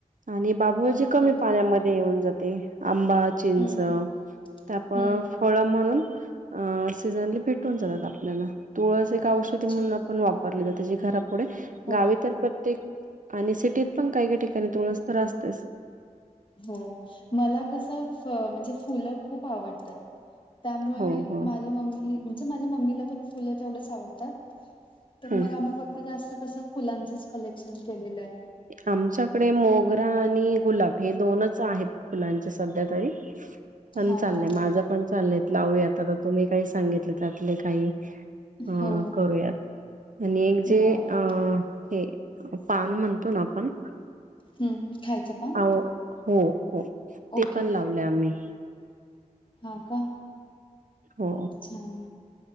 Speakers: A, on the right; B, on the left.
A: आणि बाबूळज
B: ओके
A: कमी पाण्यामध्ये येऊन जात ते आंबा चिंच
B: हम्म हम्म
A: त्याप
B: हम्म
A: फळ म्हणून अ सीजनली भेटून जातात आपल्याला तुळस एक औषधी
B: अच्छा
A: म्हणून आपण वापरले जात त्याची घराब पुढे
B: हो
A: गावी तर प्रत्येक आणि सिटीत पण काही काही ठिकाणी तुळस तर असतेच
B: हो मला कसं म्हणजे फुलं खूप आवडतात त्यामुळे
A: हो हो
B: माझ्या मम्मी म्हणजे माझ्या मम्मीला पण फुलं तेवढच आवडतात तर
A: हम्म
B: मग आम्ही फक्त जास्त कसं फुलांचंच कलेक्शन केलेलं आहे
A: आमच्याकडे मोगरा आणि गुलाब हे दोनच आहेत फुलांचे सध्या तरी पण
B: हा
A: चाललंय
B: हा
A: माझं पण चालय लावूया आता तुम्ही काही सांगितले त्यातले काही अ
B: हो
A: करूयात आणि एक जे
B: लावा
A: अ हे पान म्हणतं तो ना आपण
B: हम् खायचं पान
A: आ हो हो, ते
B: ओके
A: पण लावलंय आम्ही.
B: हा का!
A: हो
B: छान!